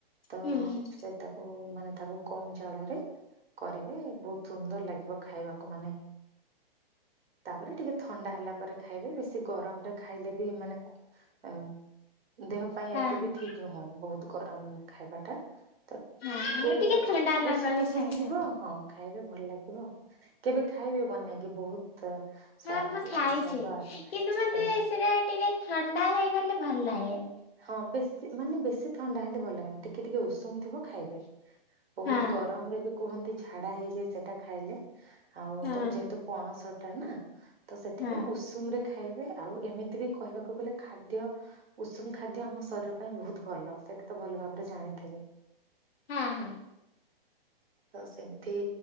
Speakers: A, on the right; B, on the left.
A: ତ
B: ହୁଁ ହୁଁ ହୁଁ
A: ସେତାକୁ ମାନେ ତାକୁ କମ ଜାଳରେ କରିବେ ବହୁତ ସୁନ୍ଦର ଲାଗିବ ଖାଇବାକୁ। ଲୋକମାନେ ତାପରେ ଟିକେ ଥଣ୍ଡା ହେଲା ପରେ ଖାଇବେ ବେଶି ଗରମରେ ଖାଇଲେ ବି ମାନେ ଉଁ ଦେହ ପାଇଁ
B: ହଁ
A: ଏତେ ବି ଠିକ ନୁହଁ ବହୁତ ଗରମ ଖାଇବାଟା। ତ
B: ହଁ
A: ଟିକେ
B: ହଁ ଥଣ୍ଡା ହେଲା
A: ଉଷୁମ
B: ପରେ
A: ଉଷୁମ
B: ଖାଇବା।
A: ଥିବ ହଁ ଖାଇବେ। ଭଲ ଲାଗିବ କେବେ ଖାଇବେ ବନେଇକି ବହୁତ। ସ୍ଵାଦ
B: ହଁ ମୁଁ ଖାଇଛି
A: ଲା- ସ୍ଵାଦ ଆସିଥାଏ।
B: କିନ୍ତୁ ମତେ
A: ଖାଇ
B: ସେଟା ଟିକେ ଥଣ୍ଡା ହେଇଗଲେ ଭଲ ଲାଗେ।
A: ହଁ ବେଶୀ ମାନେ ବେଶୀ ଥଣ୍ଡା ହେଲେ ଭଲ ଲାଗେନି ଟିକେ ଟିକେ ଉଷୁ <unintelligible> ଥିବ ଖାଇବେ ବହୁତ
B: ହଁ
A: ଗରମରେ ବି କୁହନ୍ତି ଝାଡା ହେଇଯାଏ ସେଟା ଖାଇଲେ। ଆଉ
B: ହଁ
A: ତ ଯେହେତୁ ପଣସଟା ନା ତ ସେଥିପାଇଁ
B: ହଁ
A: ଉଷୁମରେ ଖାଇବେ ଆଉ ଏମିତି ବି କହିବାକୁ ଗଲେ ଖାଦ୍ୟ ଉଷୁମ ଖା ଖାଦ୍ୟ ଆମ ଶରୀର ପାଇଁ ବହୁତ ଭଲ ସେଇଟା ତ ଭଲ ଭାବରେ ଜାଣିଥିବେ।
B: ହୁଁ ହୁଁ।
A: ତ ସେମିତି